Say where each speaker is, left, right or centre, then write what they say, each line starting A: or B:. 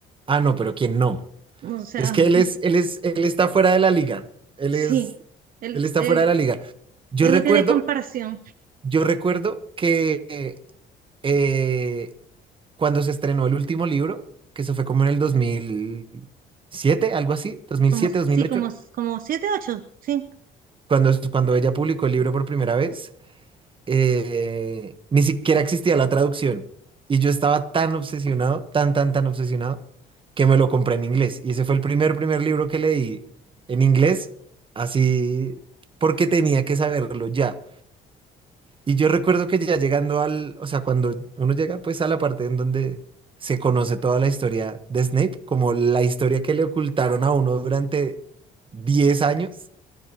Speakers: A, on the right; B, on the right.
A: Ah, no, pero ¿quién no?
B: O sea,
A: Es que él es, él es, él está fuera de la liga.
B: <laughs>
A: Él
B: sí,
A: es,
B: él,
A: él está
B: él,
A: fuera de la liga. Yo
B: él
A: recuerdo,
B: no tiene comparación.
A: yo recuerdo que eh, eh, cuando se estrenó el último libro, que se fue como en el dos mil siete, algo así, dos dos mil
B: Como,
A: siete,
B: sí,
A: dos mil ocho,
B: como, como siete, ocho, sí.
A: cuando, cuando ella publicó el libro por primera vez, eh, ni siquiera existía la traducción. Y yo estaba tan obsesionado, tan, tan, tan obsesionado, que me lo compré en inglés. Y ese fue el primer, primer libro que leí en inglés, así porque tenía que saberlo ya. Y yo recuerdo que ya llegando al, o sea, cuando uno llega pues a la parte en donde se conoce toda la historia de Snape, como la historia que le ocultaron a uno durante 10 años.